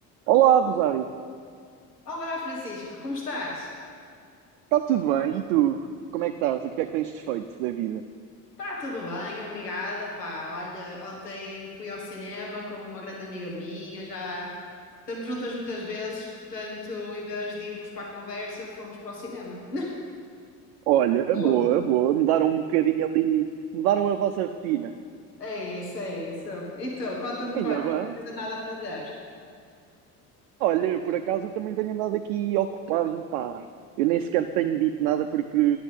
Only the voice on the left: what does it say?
Olá, Francisco, como estás?
Está tudo bem, obrigada, pá. Olha, ontem fui ao cinema com uma grande amiga minha, já estamos juntas muitas vezes, portanto, em vez de irmos para a conversa, fomos para o cinema.
tu?
É isso, é isso. E tu, conta-me
coisas,
não tens nada a fazer.